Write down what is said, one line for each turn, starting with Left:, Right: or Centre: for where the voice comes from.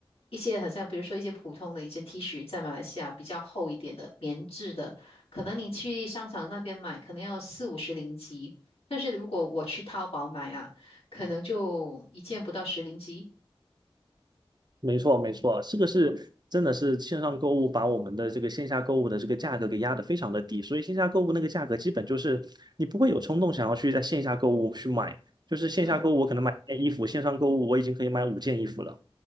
Left: 一些好像比如说一件普通的一件 T 恤，在马来西亚比较厚一点的棉质的，可能你去商场那边买，可能要四五十零吉，但是如果我去淘宝买啊，可能就一件不到十零吉。
Right: 没错，没错，这个是真的是线上购物把我们的这个线下购物的这个价格给压得非常的低，所以线下购物那个价格基本就是你不会有冲动想要去在线下购物去买，就是线下购物我可能买一件衣服，
Left: 嗯，
Right: 线上购物我已经可以买五件衣服了。